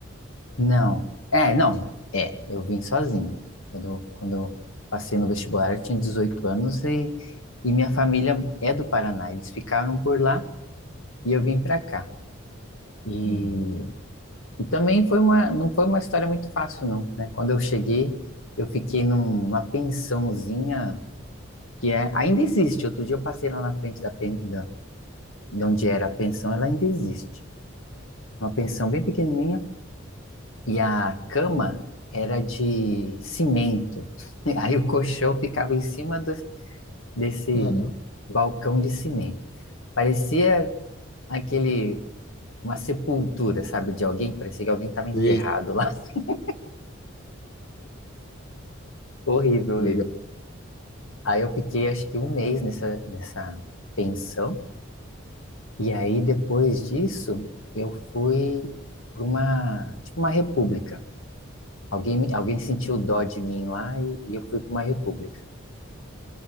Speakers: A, on the left (about 75°); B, on the left (about 50°).
A: Não, é, não, é, eu vim sozinho. Quando, eu- quando eu passei no vestibular, eu tinha 18 anos e, e minha família é do Paraná. Eles ficaram por lá e eu vim pra cá. E,
B: Legal.
A: e também foi uma, não foi uma história muito fácil, não, né? Quando eu cheguei, eu fiquei num- numa pensãozinha que é, ainda existe. Outro dia eu passei lá na frente da, pen- da- de onde era a pensão, ela ainda existe. Uma pensão bem pequenininha e a cama era de cimento. <laughs> Aí o colchão ficava em cima do- desse
B: Caramba.
A: balcão de cimento. Parecia aquele, uma sepultura, sabe, de alguém. Parecia que alguém estava enterrado
B: E,
A: lá. <laughs> Horrível, horrível.
B: legal.
A: Aí eu fiquei acho que um mês nessa, nessa pensão. E aí depois disso eu fui para uma, tipo uma república. Alguém, me- alguém sentiu dó de mim lá e, e eu fui para uma república.